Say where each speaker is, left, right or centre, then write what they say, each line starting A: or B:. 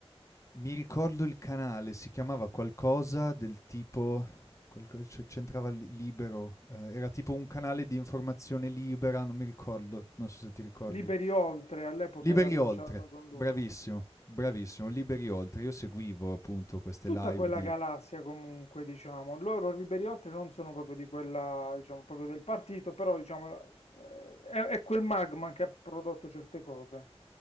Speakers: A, on the left (about 30°); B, on the left (about 75°).
A: Mi ricordo il canale, si chiamava qualcosa del tipo qualco c'e c'entrava Li Libero, ehm, era tipo un canale di informazione libera, non mi ricordo, non so se ti ricordi.
B: Liberi Oltre all'epoca
A: Liberi
B: era associato
A: Oltre,
B: con
A: bravissimo,
B: loro.
A: bravissimo, Liberi Oltre. Io seguivo appunto queste
B: Tutta
A: live
B: quella
A: di
B: galassia comunque, diciamo, loro Liberi Oltre non sono proprio di quella, diciamo, proprio del partito, però diciamo eh, è, è quel magma che ha prodotto certe cose.